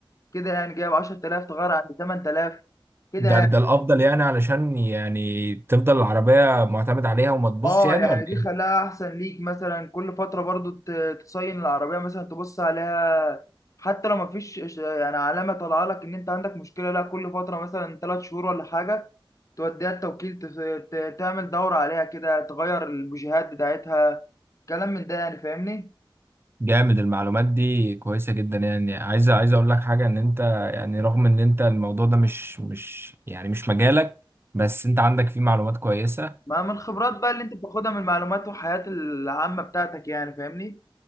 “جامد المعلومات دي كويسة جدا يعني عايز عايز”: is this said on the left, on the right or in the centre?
Right